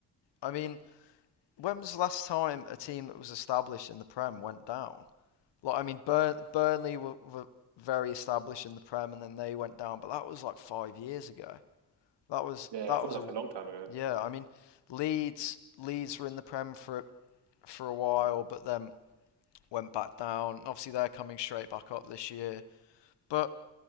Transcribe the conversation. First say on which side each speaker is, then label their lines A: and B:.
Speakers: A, on the left; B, on the right.
A: I mean, when was the last time a team that was established in the Prem went down? Like, I mean, Burn Burnley were, were very established in the Prem, and then they went down, but that was like five years ago. That was
B: Yeah,
A: that
B: I felt
A: was
B: like
A: a
B: a long time ago.
A: yeah, I mean, Leeds Leeds were in the Prem for for a while, but then went back down. Obviously, they're coming straight back up this year. But